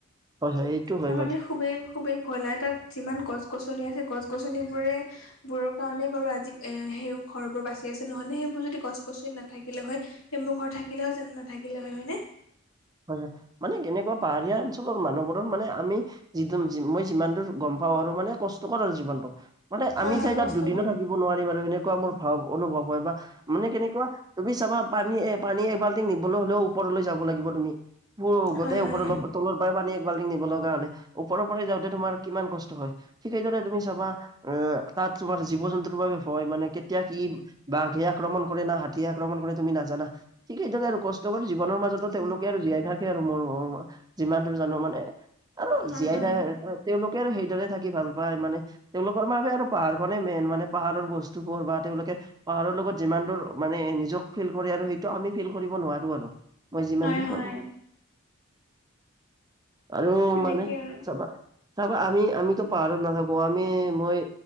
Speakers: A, on the right; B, on the left.
A: হয় হয় এইটো হয়
B: ত' মানে
A: বাৰু
B: খুবেই খুবেই ভয় লাগে। তাত যিমান গছ গছনি আছে গছ গছনিবোৰে বোৰৰ কাৰণেই বাৰু আজি সেই ঘৰবোৰ বাচি আছে নহ'লে সেইবোৰ যদি গছ গছনি নাথাকিলে হয়। সেইবোৰ ঘৰ থাকিলে হয় জানো নাথাকিলে হয় হয় নে?
A: হয়, হয়, মানে কেনেকুৱা পাহাৰীয়া অঞ্চলৰ মানুহবোৰ মানে আমি যি মই যিমান দূৰ গম পাওঁ আৰু মানে কষ্টকৰ আৰু জিৱনটো। মানে
B: হয়
A: আমি
B: হয়
A: যাই
B: কষ্টকৰ
A: তাত দুদিনো থাকিব নোৱাৰিম আৰু সেনেকুৱা মোৰ ভাৱ অনুভৱ হয় বা মানে কেনেকুৱা তুমি চাবা পানী এ পানী এবাল্টিং নিবলৈ হলেও ওপৰলৈ যাব লাগিব তুমি। গোটেই
B: হয় হয়
A: ওপৰ তলৰ পৰাই পানী এক বাল্টি নিব লগা হলে ওপৰৰ পৰাই যাওঁতে তোমাৰ কিমান কষ্ট হয়। ঠিক সেইদৰে তুমি চাবা, আহ তাত তোমাৰ জীৱ জন্তুৰ বাবে ভয় মানে কেতিয়া কি বাঘে আক্ৰমণ কৰে, না হাতীয়ে আক্ৰমণ কৰে তুমি নাজানা ঠিকেই সেইদৰে আৰু কষ্টকৰ জীৱনৰ মাজতো তেওঁলোক আৰু জীয়াই থাকে আৰু মোৰ যিমান দূৰ জানো মানে আৰু
B: হয়
A: জীয়াই
B: হয়
A: থাক তেওঁলোকে আৰু সেইদৰে থাকি ভাল পায় মানে তেওঁলোকৰ বাবে আৰু পাহাৰখনেই মেইন মানে পাহাৰৰ বস্তুবোৰ বা তেওঁলোকে পাহাৰৰ লগত যিমান দূৰ মানে নিজক ফিল কৰে আৰু সেইটো আমি ফিল কৰিব নোৱাৰো আৰু মই যিমান
B: হয়
A: দূৰ-
B: হয়
A: পাৰো আৰু
B: তেনেকে
A: মানে
B: আৰু
A: চাবা চাবা আমি আমিতো পাহাৰত নাথাকো আমি মই